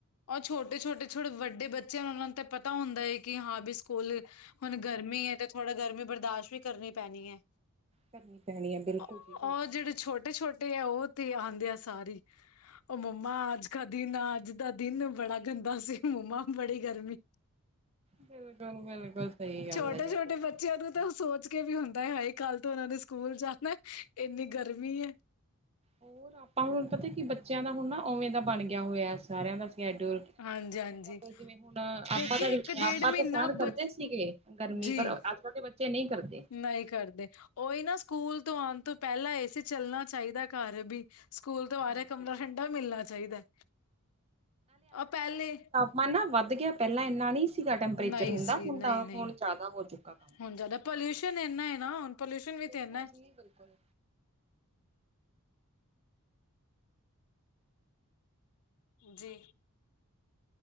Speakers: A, on the left (about 70°); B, on the right (about 25°).
A: ਉਹ ਛੋਟੇ-ਛੋਟੇ-ਛੋਟੇ ਵੱਡੇ ਬੱਚਿਆਂ ਨੂੰ ਉਹਨਾਂ ਨੂੰ ਤੇ ਪਤਾ ਹੁੰਦਾ ਹੈ ਕਿ ਹਾਂ ਵੀ ਸਕੂਲ ਹੁਣ ਗਰਮੀ ਹੈ ਤੇ ਥੋੜ੍ਹਾ ਗਰਮੀ ਬਰਦਾਸ਼ਤ ਵੀ ਕਰਨੀ ਪੈਣੀ ਹੈ
B: ਕਰਨੀ ਪੈਣੀ ਹੈ ਬਿਲਕੁਲ
A: ਉਹ
B: ਜੀ ਬਿਲਕੁਲ
A: ਜਿਹੜੇ ਛੋਟੇ- ਛੋਟੇ ਆ, ਉਹ ਤੇ ਆਉਂਦੇ ਆ ਸਾਰ ਹੀ ਉਹ ਮੰਮਾ, ਅੱਜ ਕਾ ਦਿਨ ਅੱਜ ਦਾ ਦਿਨ ਬੜਾ ਗੰਦਾ ਸੀ ਮੰਮਾ ਬੜੀ ਗਰਮੀ
B: ਬਿਲਕੁਲ- ਬਿਲਕੁਲ, ਸਹੀ ਗੱਲ
A: ਛੋਟੇ-ਛੋਟੇ
B: ਆ ਜੀ ਬਿਲਕੁਲ
A: ਬੱਚਿਆਂ ਤਾਂ ਸੋਚ ਇਹ ਵੀ ਹੁੰਦਾ ਏ, ਹਾਏ ਕੱਲ੍ਹ ਤੋਂ ਉਹਨਾਂ ਨੇ ਸਕੂਲ ਜਾਣਾ, ਇੰਨੀ ਗਰਮੀ ਹੈ
B: ਹੋਰ ਆਪਾਂ ਹੁਣ ਪਤਾ ਕਿ ਬੱਚਿਆਂ ਦਾ ਹੁਣ ਨਾ ਉਓਵੇਂ ਦਾ ਬਣ ਗਿਆ ਹੋਇਆ ਸਾਰਿਆਂ ਦਾ ਸ਼ਡਿਊਲ
A: ਹਾਂਜੀ-ਹਾਂਜੀ
B: ਹਾਂ ਮਤਲਬ ਜਿਵੇਂ ਹੁਣ ਆਪਾ
A: ਕਿਉਂਕਿ
B: ਦਾ
A: ਇੱਕ ਡੇਢ
B: ਆਪਾ
A: ਮਹੀਨਾ
B: ਤਾਂ ਸਹਿਣ
A: ਬ
B: ਕਰਦੇ ਸੀਗੇ ਗਰਮੀ
A: ਜੀ
B: ਪਰ, ਅੱਜ- ਕੱਲ੍ਹ ਦੇ ਬੱਚੇ ਨਹੀਂ ਕਰਦੇ
A: ਨਹੀਂ ਕਰਦੇ, ਉਹੀ ਨਾ ਸਕੂਲ ਤੋਂ ਆਉਣ ਤੋਂ ਪਹਿਲਾਂ ਏਸੀ ਚੱਲਣਾ ਚਾਹੀਦਾ ਘਰ ਵੀ ਸਕੂਲ ਤੋਂ ਆ
B: ਹਾਂਜੀ
A: ਕੇ ਕਮਰਾ ਠੰਡਾ ਮਿਲਣਾ ਚਾਹੀਦਾ ਆ। ਉਹ ਪਹਿਲੇ
B: ਮਾਨਾ ਵੱਧ ਗਿਆ ਪਹਿਲਾਂ ਇੰਨਾ ਨਹੀਂ ਸੀਗਾ ਟੈਂਪਰੇਚਰ
A: ਨਹੀਂ
B: ਹੁੰਦਾ
A: ਸੀ
B: ਹੁਣ
A: ਨਹੀਂ
B: ਤਾਂ
A: ਨਹੀਂ
B: ਹੁਣ ਜ਼ਿਆਦਾ ਹੋ ਚੁੱਕਾ ਕੰਮ,
A: ਹੁਣ ਜ਼ਿਆਦਾ ਪੋਲਿਊਸ਼ਨ ਇੰਨਾ ਨਾ, ਪੋਲਿਊਸ਼ਨ ਵੀ ਤੇ
B: ਬਿਲਕੁਲ
A: ਇੰਨਾ ਨੇ।
B: ਜੀ ਬਿਲਕੁਲ
A: ਜੀ,